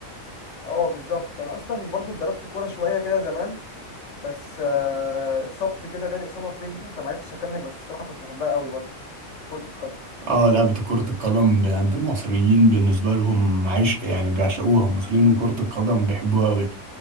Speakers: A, on the left; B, on the right.
A: اه بالظبط أنا أصلا برضه اتدربت كورة شوية كده زمان بس آه، اتصبت كده جالي إصابة في رجلي فمعرفتش أكمل بس الصراحة كنت بحبها قوي برضه كرة القدم
B: اه لعبة كرة القدم عند المصريين بالنسبة لهم عشق يعني بيعشقوها المصريين وكرة القدم بيحبوها أوي